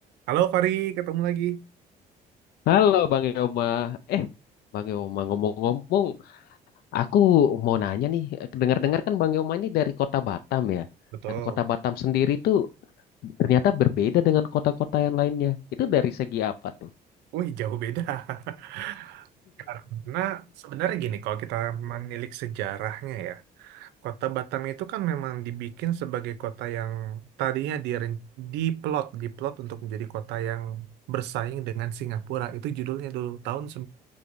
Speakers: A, on the right; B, on the left.
A: Halo Fari, ketemu lagi.
B: Halo Bang Yoma, eh Bang Yoma ngomong-ngomong, aku mau nanya nih, dengar-dengar kan Bang Yoma ini dari kota Batam ya,
A: Betul.
B: dan kota Batam sendiri tuh ternyata berbeda dengan kota-kota yang lainnya. Itu dari segi apa tuh?
A: Wih, jauh beda. <laughs> Karena sebenarnya gini, kalau kita menilik sejarahnya ya, kota Batam itu kan memang dibikin sebagai kota yang tadinya diren- diplot, diplot untuk menjadi kota yang bersaing dengan Singapura. Itu judulnya dulu, tahun